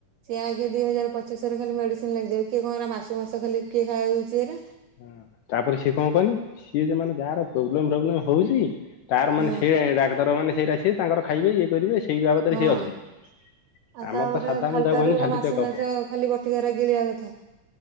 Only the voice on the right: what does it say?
ସେି ଆଗେ ଦି ହଜାରପଚିଶ ରେ ଖାଲି ମେଡିସିନ ଲାଗିଦେବ କିଏ କଣରା ମାସକୁ ମାସ ଖାଲି କିଏ ଖାଇ ହଉଛି ଏରା
ହଁ
ହଁ
ଆଉ
ତାପରେ
ଖାଲିଟା
ରେ
ମାସକୁ
ମାସ ଖାଲି ବଟିକ ଗିଳିବା କଥା।